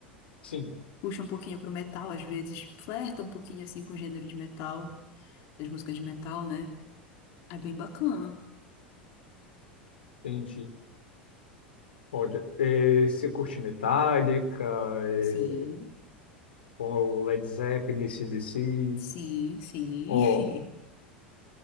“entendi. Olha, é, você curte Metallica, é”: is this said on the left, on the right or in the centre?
Left